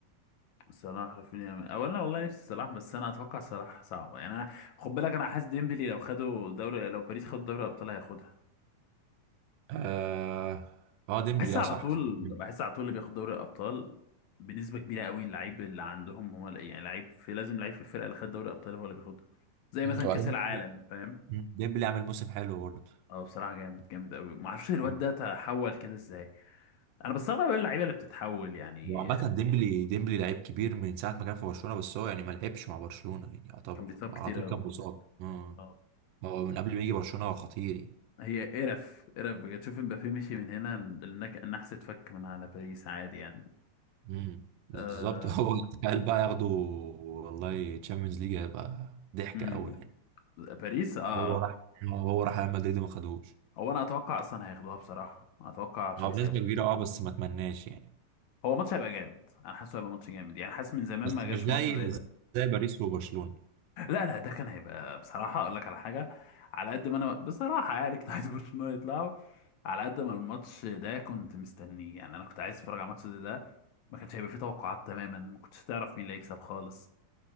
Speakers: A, on the left; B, on the right.
A: صلاح رافينيا او انا والله نفسي صلاح بس انا اتوقع صلاح صعبه يعني انا خد بالك انا حاسس ديمبلي لو خدوا دوري لو باريس خد دوري الابطال هياخدها اه
B: اه آه، ديمبلي
A: بحس على
B: اه صح
A: لا صح طول
B: ديمبلي.
A: بحس على طول اللي بياخد دوري الابطال بنسبه كبيره قوي اللعيب اللي عندهم هو ال- يعني لعيب في لازم لعيب في الفرقه اللي خد دوري الابطال هو اللي بياخدها زي
B: مم،
A: مثلا
B: وبعدين
A: كاس العالم
B: ديمبلي
A: فاهم
B: مم. ديمبلي عامل موسم حلو برضه
A: اه بصراحه جامد جامد قوي ما اعرفش الواد
B: وعامة
A: ده تحول كده ازاي انا بستغرب ايه اللعيبه اللي بتتحول يعني
B: مم. وعامة ديمبلي ديمبلي لعيب كبير من ساعة ما كان في برشلونة بس هو يعني ما لعبش مع برشلونة يعني يعتبر
A: كان بيتصاب
B: هو
A: كتير
B: على طول
A: قوي
B: كان
A: كان
B: مصاب
A: بيتصاب
B: آه.
A: اه
B: هو من قبل ما يجي برشلونة هو خطير يعني
A: هي قرف قرف بجد شوف امبابي مشي من هنا النك- النحس اتفك من على باريس عادي يعني
B: مم. بالظبط
A: آه...
B: <laughs> هو تخيل بقى ياخده والله تشامبيونز ليج هيبقى ضحكة
A: مم.
B: قوي يعني
A: باريس اه آه.
B: هو راح هو راح ريال مدريد وما خدهوش
A: هو انا اتوقع اصلا هياخدوها بصراحه اتوقع باريس
B: هو بنسبة
A: هياخدوها
B: كبيرة اه بس ما اتمناش يعني
A: هو ماتش هيبقى جامد انا حاسه هيبقى ماتش جامد يعني حاسس من زمان
B: بس
A: ما جاش
B: مش زي
A: ماتش زي
B: مش
A: ده
B: زي باريس وبرشلونة
A: لا لا ده كان هيبقى بصراحة أقول لك على حاجة على قد ما أنا بصراحة يعني <laughs> كنت عايز برشلونة يطلعوا على قد ما الماتش ده كنت مستنيه يعني أنا كنت عايز أتفرج على الماتش ده, ده ما كانش هيبقى فيه توقعات تماما ما كنتش تعرف مين اللي هيكسب خالص